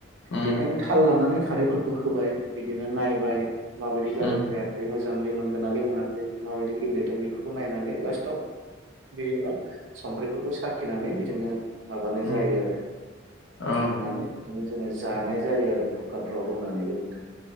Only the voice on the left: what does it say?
उम
उम
उम
औ